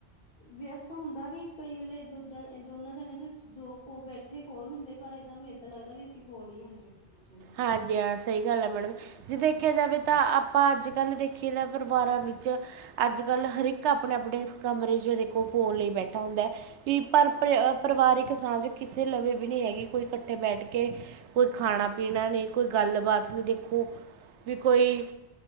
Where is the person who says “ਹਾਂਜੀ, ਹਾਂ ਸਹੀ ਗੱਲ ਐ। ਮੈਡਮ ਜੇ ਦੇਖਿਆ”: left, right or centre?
Right